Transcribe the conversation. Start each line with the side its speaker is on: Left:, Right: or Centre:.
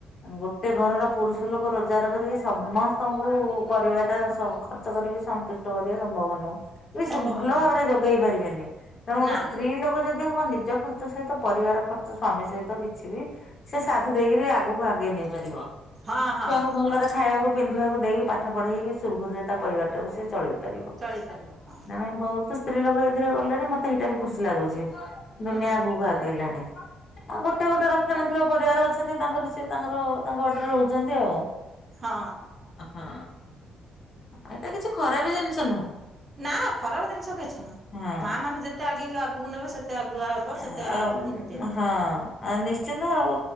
Left: ଗୋଟେ ଘରର ପୁରୁଷ ଲୋକ ରୋଜଗାର କରିବେ ସମସ୍ତଙ୍କୁ ପରିବାରଟା ଖର୍ଚ୍ଚ କରିକି ସନ୍ତୁ ଷ୍ଟ କରିବା ସମ୍ଭବ ନୁ। ଏ
Right: ସମ୍ଭବ
Left: ସୁ ଭଲ
Right: ନୁହଁ
Left: ଭାବରେ ଯୋଗେଇ ପାରିବେନି ତେଣୁ ଗୋଟେ
Right: ନା
Left: ସ୍ତ୍ରୀ ଲୋକ ଯଦି ହବ ନିଜ ଖ ର୍ଚ୍ଚ ସହିତ ପରିବାର ଖର୍ଚ୍ଚ ସ୍ୱାମୀ ସହିତ କିଛି ବି ସେ ସାଥ ଦେଇକିରି ଆଗକୁ ଆଗେଇ ନେଇ ପାରିବ।
Right: ହଁ ହଁ
Left: ଛୁଆଙ୍କୁ ଭଲରେ
Right: ହଁ
Left: ଖାଇବାକୁ ପିନ୍ଧିବାକୁ ଦେଇକି ପାଠ ପଢ଼େଇକି ସୁରୁଖୁରୁରେ ତା ପରିବାରଟାକୁ ସେ ଚଳେଇ ପାରିବ।
Right: ଚଳିପାରିବ ହଁ
Left: ନାଇଁ ବହୁତୁ ସ୍ତ୍ରୀ ଲୋକ ଏଇଥିରେ ଗଲେନି ମତେ ଏଇଟା ବି ଖୁସି ଲାଗୁଛି ଦୁନିଆ
Right: ହୁଁ
Left: ଆଗକୁ ଆ ହେଲାଣି। ଆଉ ଗୋଟେ ଗୋଟେ ରକ୍ଷଣୀଶିଳ ପରିବାର ଅଛନ୍ତି ତାଙ୍କର ସିଏ ତାଙ୍କର ତାଙ୍କ ବାଟରେ ରହୁ ଛନ୍ତି ଆଉ।
Right: ହଁ।
Left: ହଁ। ଏଇଟା କିଛି ଖରାପ ଜିନିଷ ନୁହଁ
Right: ନା ଖରାପ ଜିନିଷ କିଛି ନୁହଁ।
Left: ହଁ।
Right: ମା ମାନେ ଯେତେ ଯେତେ ଆଗେଇକି ଆଗକୁ ନେବେ ସେତେ ଆଗୁଆ
Left: ଆମ୍
Right: ସେତେ ଆଗକୁ ଉନ୍ନତି ହବ।
Left: ହଁ। ଆ ନିଶ୍ଚିନ୍ତ ଆଉ